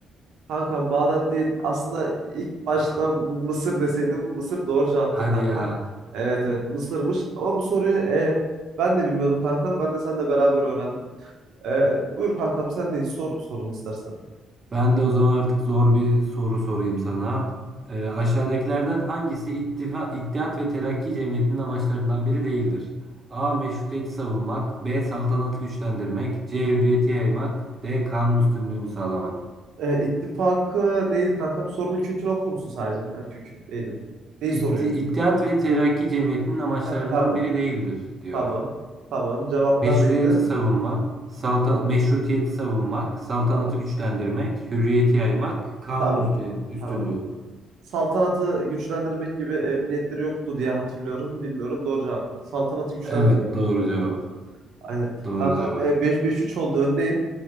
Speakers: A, on the right; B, on the right.
A: Kankam Bağdat değil. Aslında ilk başta
B: Aa,
A: Mısır deseydim Mısır doğru cevaptı
B: hadi
A: kanka.
B: ya.
A: Evet evet Mısır'mış. Ama bu soruyu e, ben de bilmiyordum kankam. Ben de seninle beraber öğrendim. E, buyur kankam sen de sor sorunu istersen.
B: Ben de o zaman artık zor bir soru sorayım sana. E, aşağıdakilerden hangisi İttifa, İttihat ve Terakki Cemiyeti'nin amaçlarından biri değildir? A. Meşrutiyeti savunmak B. Saltanatı güçlendirmek C. Hürriyeti yaymak D. Kanun üstünlüğünü sağlamak
A: E, ittifakı neydi kankam? Sorunun kökünü okur musun sadece? Yani kökü neydi? Neyi
B: İtti-
A: soruyor?
B: İttihat ve Terakki Cemiyeti'nin amaçlarından
A: Ha tamam.
B: biri değildir diyor.
A: Tamam. Tamam. Cevaplar
B: Meşruiyeti
A: neydi?
B: savunmak, salta,
A: Tamam.
B: meşrutiyeti savunmak, saltanatı
A: Tamam.
B: güçlendirmek, hürriyeti yaymak, kanun
A: Tamam.
B: üstü- üstünlüğü.
A: Tamam. saltanatı güçlendirmek gibi e, bir niyetleri yoktu diye hatırlıyorum. Bilmiyorum doğru cevap mı? Saltanatı güçlendirmek
B: Evet
A: demek
B: doğru
A: istiyorum
B: cevap.
A: kanka. Aynen.
B: Doğru
A: Kankam
B: cevap.
A: e, beş 5 3 oldu öndeyim.